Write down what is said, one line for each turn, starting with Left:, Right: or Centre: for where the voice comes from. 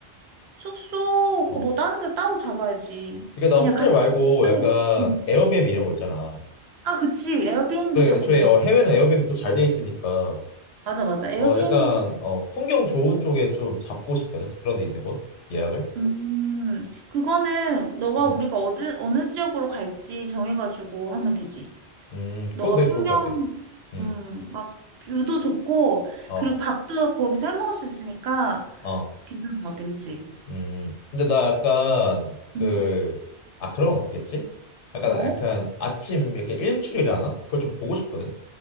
Right: 숙소,
Left: 어.
Right: 그뭐 다른 데 따로 잡아야지.
Left: 그러니까
Right: 그냥
Left: 나 호텔
Right: 같은
Left: 말고
Right: 숙소에.
Left: 약간
Right: 응.
Left: 에어비앤비 이런 거 있잖아.
Right: 아, 그치. 에어비앤비
Left: 그 애초에
Right: 잡으면
Left: 어,
Right: 돼.
Left: 해외는 에어비앤비 또 잘 돼 있으니까
Right: 맞아, 맞아. 에어비앤비
Left: 어 약간 어 풍경 좋은 쪽에 좀 잡고 싶거든. 그런 데 있는 곳 예약을.
Right: 음, 그거는 너가
Left: 음,
Right: 우리가 어느, 어느 지역으로 갈지 정해가지고 하면 되지.
Left: 음
Right: 너가
Left: 그것도 되게
Right: 풍경,
Left: 좋을 것 같아. 음,
Right: 음, 막 뷰도 좋고,
Left: 어,
Right: 그리고 밥도 거기서 해 먹을 수 있으니까
Left: 어,
Right: 괜찮은 것 같아, 그치?
Left: 음. 근데 나 약간 그
Right: 음.
Left: 아 그런 건 없겠지? 약간
Right: 뭐?
Left: 약간 아침 이렇게 일출이라 하나? 그걸 좀 보고 싶거든.